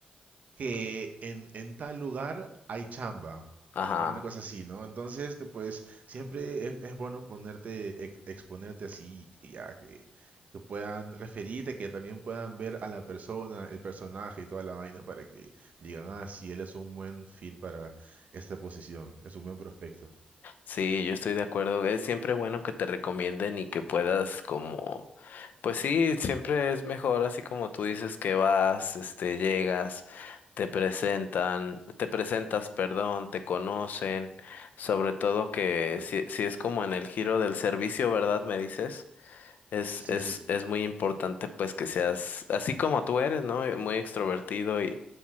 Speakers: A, on the right; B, on the left.
A: que en, en tal lugar hay chamba,
B: ajá.
A: o una cosa así, ¿no? Entonces, te, pues, siempre es, es bueno ponerte, ex- exponerte así, que ya que, que puedan referirte, que también puedan ver a la persona, el personaje y toda la vaina para que digan, ah, sí, él es un buen fit para esta posición, es un buen prospecto.
B: Sí, yo estoy de acuerdo. Es siempre bueno que te recomienden y que puedas como, pues sí, siempre es mejor así como tú dices que vas, este, llegas, te presentan, te presentas, perdón, te conocen, sobre todo que si, si es como en el giro del servicio, ¿verdad? Me dices. Es,
A: Sí,
B: es,
A: sí,
B: es muy importante pues que seas así como tú eres, ¿no? Eh, Muy extrovertido y,